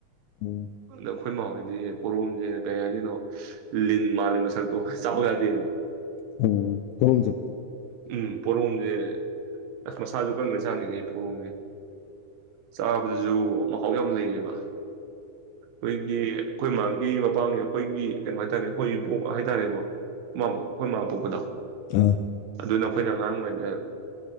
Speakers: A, on the left; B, on the right.
A: ꯎꯝ
B: ꯑꯗ ꯑꯩꯈꯣꯏ ꯃꯥꯍꯣꯏꯗꯤ ꯄꯣꯔꯣꯝꯁꯦ ꯀꯩ ꯍꯥꯏꯗꯣꯏꯅꯣ ꯂꯤꯟ ꯃꯥꯜꯂꯤ ꯃꯁꯛꯇꯣ ꯆꯥꯄ ꯀꯗꯦꯕ
A: ꯑꯣ ꯍꯁꯦ
B: ꯎꯝ ꯄꯣꯔꯣꯝꯁꯦ ꯑꯁ ꯃꯁꯥꯁꯨ ꯀꯟꯒ ꯆꯥꯅꯤꯅꯦꯩ ꯄꯣꯔꯣꯝꯁꯦ ꯆꯥꯎꯥꯕꯖꯨ ꯃꯍꯥꯎ ꯌꯥꯝ ꯂꯩꯌꯦꯕ ꯑꯩꯈꯣꯏꯒꯤ ꯑꯩꯈꯣꯏ ꯃ ꯒꯤ ꯃꯄꯥꯡꯒꯤ ꯑꯩꯈꯣꯏꯒꯤ ꯀꯩꯅꯣ ꯍꯥꯏꯇꯥꯔꯦ ꯑꯩꯈꯣꯏꯒꯤꯕꯣꯛ ꯍꯥꯏꯇꯥꯔꯦꯀꯣ ꯑꯩꯈꯣꯏ ꯃꯥ ꯄꯣꯛꯄꯗꯣ
A: ꯑꯥ
B: ꯑꯗꯨꯅ ꯑꯩꯈꯣꯏꯅ ꯑꯉꯥꯡ ꯑꯣꯏꯔꯤꯩꯗ